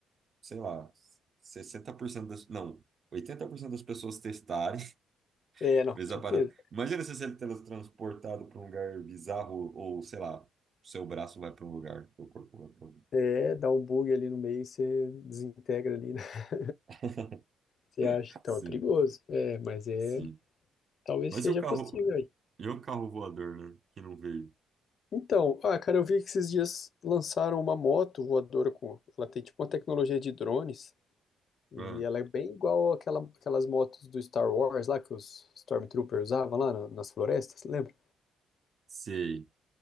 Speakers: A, on the right (about 45°); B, on the left (about 55°).
A: sei lá, 60% das, não, 80% das pessoas testarem, <laughs>
B: É, não,
A: vezes
B: com certeza.
A: a parada. Imagina se você é teletransportado para um lugar bizarro ou, sei lá, seu braço vai para um lugar, seu corpo vai para outro.
B: É, dá um bug ali no meio, você desintegra ali, né? <laughs>
A: <laughs>
B: Você acha, então,
A: Sim,
B: é perigoso. É, mas é,
A: sim.
B: talvez
A: Mas
B: seja
A: e o carro,
B: possível aí.
A: e o carro voador, né, que não veio?
B: Então, ah, cara, eu vi que esses dias lançaram uma moto voadora com, ela tem tipo uma tecnologia de drones e
A: Ah,
B: ela é bem igual àquela, aquelas motos do Star Wars lá que os Stormtroopers usavam lá na- nas florestas, lembra?
A: sei.